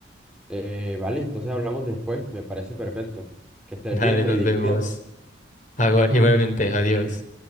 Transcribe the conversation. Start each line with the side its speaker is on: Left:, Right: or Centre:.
Centre: eh, vale, entonces hablamos después, me parece perfecto. Que estés
Left: Dale,
Centre: bien, Freddy,
Left: nos vemos.
Centre: cuídate.
Left: Agua, igualmente, adiós.